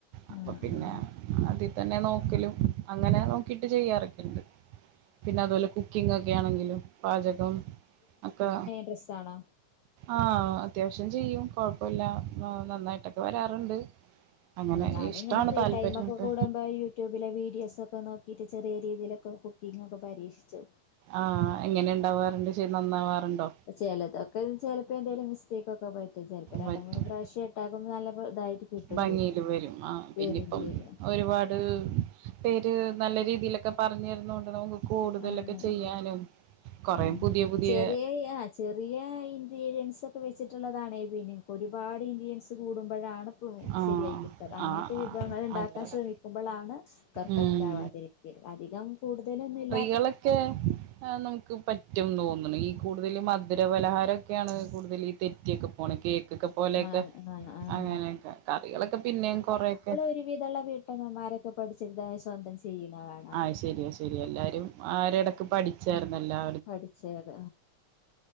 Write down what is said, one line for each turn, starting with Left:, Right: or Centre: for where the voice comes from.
Right: അപ്പൊ
Left: ഉം
Right: പിന്നെ
Left: ഉം
Right: ആതി തന്നെ നോക്കലും അങ്ങനെ നോക്കിട്ട് ചെയ്യാറൊക്കെണ്ട്. പിന്നെ അതുപോലെ കുക്കിംഗ് ഒക്കെ ആണെങ്കിലും പാചകം ഒക്കെ.
Left: ഡ്രസ്സ് ആണോ?
Right: ആഹ് അത്യാവശ്യം ചെയ്യും കൊഴപ്പല്ല. നന്നായിട്ടൊക്കെ വരാറുണ്ട് അങ്ങനെ
Left: ഞാനും
Right: ഇഷ്ടാണ്
Left: ഇങ്ങനെ ഫ്രീ
Right: താല്പര്യം
Left: ടൈം ഒക്കെ
Right: ണ്ട്.
Left: കൂടുമ്പോ യൂട്യൂബിലെ വീഡിയോസൊക്കെ നോക്കിയിട്ട് ചെറിയ രീതിയിലൊക്കെ കുക്കിങ്ങൊക്കെ പരീക്ഷിച്ചു.
Right: ആഹ് എങ്ങനെ ഉണ്ടാവാറുണ്ട് ചെയ് നന്നാവാറുണ്ടോ?
Left: ചെലതൊക്കെ ചെലപ്പോ എന്തേലും മിസ്റ്റേക്കൊക്കെ പറ്റ് ചെലപ്പോ രണ്ട്
Right: പറ്റും
Left: മൂന്ന് പ്രാവശ്യം ഇട്ടാക്കുമ്പോ നല്ല ഇതായിട്ട് കിട്ടും
Right: ഭംഗിയില്
Left: ചെയ്യും
Right: വരും ആ പിന്നിപ്പം
Left: വരയും ചെയ്യാം
Right: ഒരുപാട് പേര് നല്ല രീതിയിലൊക്കെ പറഞ്ഞു തരുന്നൊണ്ട് നമക്ക് കൂടുതലൊക്കെ
Left: ആഹ്
Right: ചെയ്യാനും കൊറേ
Left: ആഹ്
Right: പുതിയ പുതിയ
Left: ചെറിയ ആഹ് ചെറിയ ഇൻഗ്രീഡിയൻസ് ഒക്കെ വെച്ചിട്ടുള്ളതാണെ പിന്നെ ഒരുപാട് ഇൻഗ്രീഡിയൻസ് കൂടുമ്പോഴാണ്
Right: ആ
Left: ശരിയായി കിട്ടത് അങ്ങനത്തെ
Right: ആ
Left: വിഭവങ്ങ
Right: ആ
Left: ഉണ്ടാക്കാൻ
Right: അതെ അതെ
Left: ശ്രമിക്കുമ്പോളാണ് പെർഫെക്റ്റ്
Right: ഉം
Left: ആവാതിരിക്ക അധികം കൂടുതലൊന്നും ഇല്ല
Right: ളെക്കെ നമുക്ക് പറ്റ് റ്റും തോന്നുണ് ഈ കൂടുതൽ മധുരപലഹാരംക്കെയാണ് കൂടുതൽ ഈ തെറ്റിയൊക്കെ പോണേ കേക്കൊക്കെ പോലെയൊക്കെ
Left: ആഹ് ആഹ് ആഹ്
Right: അങ്ങനെയൊക്കെ കറികളൊക്കെ പിന്നെയും കൊറേ ഒക്കെ.
Left: ഒരു വിധള്ള വീട്ടമ്മമാരൊക്കെ പഠിച്ചെടുത സ്വന്തം ചെയ്യുന്നതാണ്
Right: ആഹ് ശരിയാ ശരിയാ എല്ലാരും ആരിടക്ക് പഠിച്ചായിർന്നല്ലാ.
Left: പഠിച്ചത്